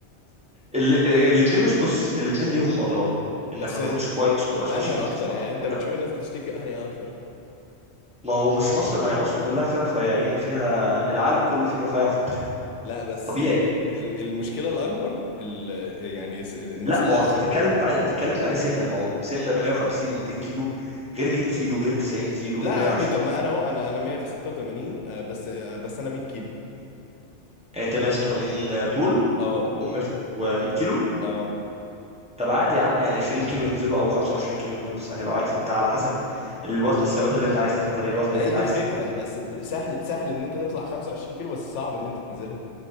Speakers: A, in the centre; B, on the left.
A: ال- الاتنين مش بص الاتنين ليهم اضرار انك
B: بس
A: ما
B: آه،
A: تاكلش كويس وما تبقاش
B: انهي
A: ماشي
B: اكتر
A: منتظم على
B: يعني
A: صحتك
B: انت بتشوف الناس بتشتكي انهي اكتر
A: ما هو مش مصر ما هي مصر كلها فيها رفيعين وفيها العالم كله فيه الرفيع وفيه التخين
B: لا بس
A: طبيعي
B: آه، ال- المشكله الاكبر ال- آه، يعني الس- الناس
A: لا
B: الاتخن
A: ما هو انت بتتكلم في بتتكلم في انهي سمنه ما هو سمنه 150 و200 كيلو غير 100 كيلو غير 90 كيلو
B: لا
A: غير
B: عادي
A: 120
B: طب ما انا اهو انا انا 186 آه، بس آه، بس انا 100 كيلو
A: يعني انت 186 طول
B: اه
A: و100 كيلو
B: اه
A: طب عادي يا عم يعني 20 كيلو ينزلوا او 25 كيلو ينزلوا في الثانيه لو عايز انت على حسب الوزن الثبات اللي انت عايز تثبت عليه الوزن
B: ما
A: اللي
B: هي
A: انت
B: دي
A: عايز
B: الفكره
A: تبني
B: بس سهل سهل ان انت تطلع 25 كيلو بس صعب ان انت تنزلهم